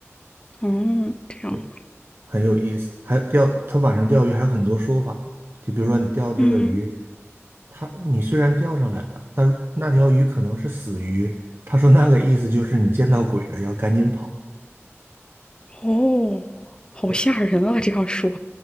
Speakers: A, on the left; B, on the right.
A: 哦，这样，
B: 对，很有意思。还有钓，他晚上钓鱼还有很多说法嘛，就比如说你钓这个鱼，
A: 嗯，
B: 他你虽然钓上来了，但是那条鱼可能是死鱼，他说那个意思就是你见到鬼了，要赶紧跑。
A: 哦，好吓人啊！
B: 对，
A: 这样说，